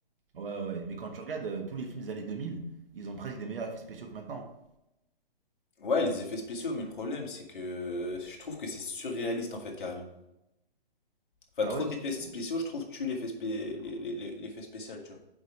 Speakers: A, on the right; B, on the left.
A: Ouais, ouais, ouais. mais quand tu regardes euh, tous les films des années 2000, ils ont presque des meilleurs effets spéciaux que maintenant. hein.
B: Ouais les effets spéciaux mais le problème c'est que je trouve que c'est surréaliste en fait carrément. Enfin
A: Ah
B: trop
A: ouais,
B: d'effets
A: tu trouves?
B: spéciaux je trouve tue l'effet spé- les- les- les- l'effet spécial tu vois.